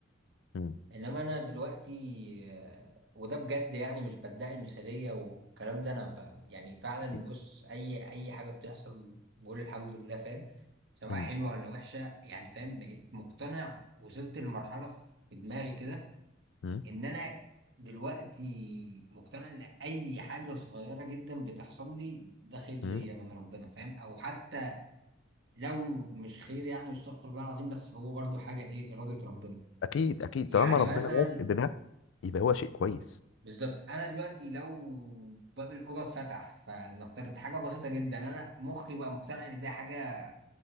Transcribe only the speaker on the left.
مم.
أكيد.
مم.
مم.
مم.
اكيد اكيد
طالما ربنا
واثق بده يبقى هو شيء كويس